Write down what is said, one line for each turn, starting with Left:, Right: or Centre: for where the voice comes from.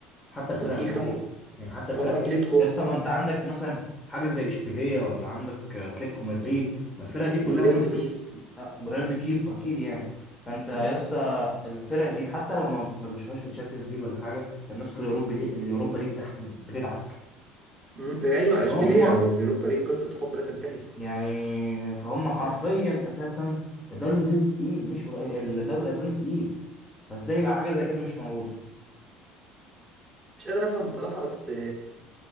Left: حتى الفرق
Right: وتقيل
Left: العاديه
Right: طبعا
Left: يعني حتى الفرق
Right: اه اتلتيكو
Left: إيه؟ يا اسطى ما انت عندك مثلا حاجه زي اشبيليه ولا عندك اتلتيكو مدريد ما الفرق دي كلها
Right: وريال
Left: مثلا
Right: بيتيس
Left: آه ريال بيتيس اكيد يعني فانت يا
Right: مم.
Left: اسطى الفرق دي حتى لو ما, ما بتشوفهاش في الشامبيونز ليج ولا حاجه الناس الأوروبي لي- اليوروبا ليج تحت بت- بتدعك
Right: مم. ايوه
Left: هم
Right: اشبيليه واليوروبا ليج قصه حب لا تنتهي
Left: يعني فهم حرفيا
Right: آه.
Left: اساسا الدوري الانجليزي تقيل مش قليل الدوري الاسباني تقيل فازاي يبقى حاجه زي كده مش موجوده
Right: مش قادر افهم بصراحه بس